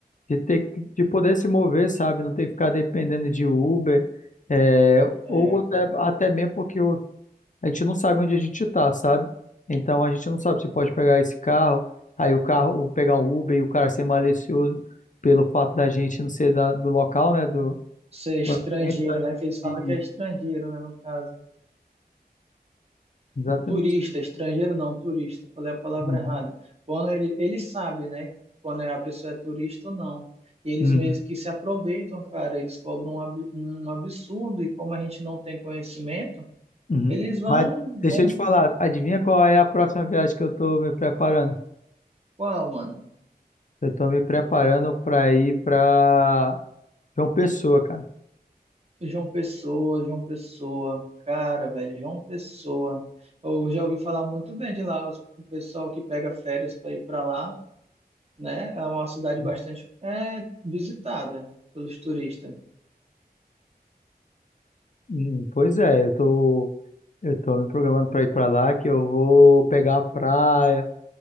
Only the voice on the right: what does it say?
É,
cara.
Ser estrangeiro,
né? Que eles falam
que é estrangeiro, né? No caso.
turista, estrangeiro não, turista, falei a palavra
errada. Quando ele, ele sabe, né, quando a pessoa é turista ou não. E eles
meio que se aproveitam, cara, eles cobram um ab- um absurdo e como a gente não tem conhecimento,
eles vão,
vão,
qual, mano?
João Pessoa, João Pessoa, cara, velho, João Pessoa. Eu já ouvi falar muito bem de lá, os- o pessoal que pega férias para ir para lá, né? É uma cidade
bastante é, visitada pelos turistas.